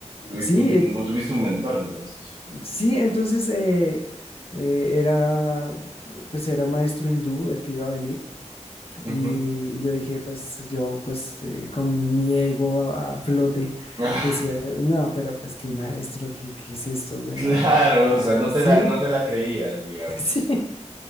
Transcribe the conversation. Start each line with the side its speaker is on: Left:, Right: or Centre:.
Right: Tuviste
Left: Sí,
Right: un,
Left: et-
Right: o tuviste un mentor entonces.
Left: sí, entonces eh, eh, era, pues era un maestro hindú el que iba a venir.
Right: Ujú.
Left: Y, y yo dije, pues yo, pues eh, con mi ego a, a flote,
Right: Ah,
Left: decía, no, pero pues qué maestro, qué, qué es esto, bueno,
Right: claro, o sea,
Left: ah,
Right: no
Left: sí,
Right: te la, no te la creías, digamos.
Left: <laughs> sí.